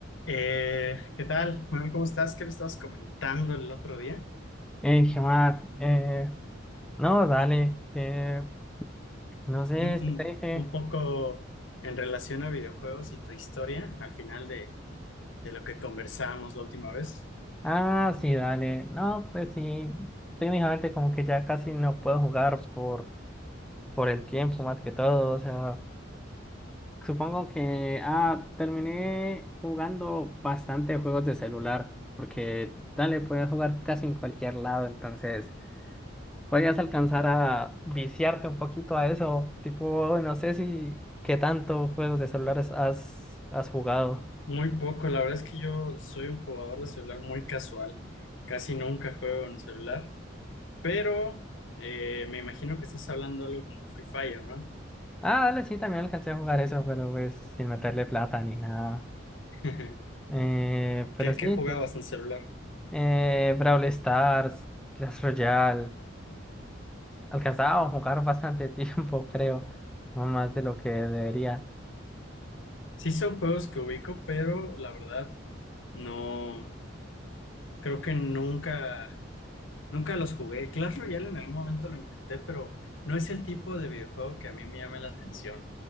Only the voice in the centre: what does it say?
Eh, ¿qué más? Eh, no, dale, que no sé
si
te dije.
Ah, sí, dale. No, pues sí, técnicamente como que ya casi no puedo jugar por, por el tiempo más que todo. O sea, supongo que, ah, terminé jugando bastante juegos de celular, porque, dale, podías jugar casi en cualquier lado, entonces podías alcanzar a viciarte un poquito a eso. Tipo, no sé si, qué tanto juegos de celulares has, has jugado.
Ah, dale, sí, también alcancé a jugar eso, pero pues sin meterle plata ni nada.
Eh, pero
sí,
sí.
Eh, Brawl Stars, Clash Royale. Alcanzaba a jugar bastante tiempo, <laughs> creo. No más de lo que debería.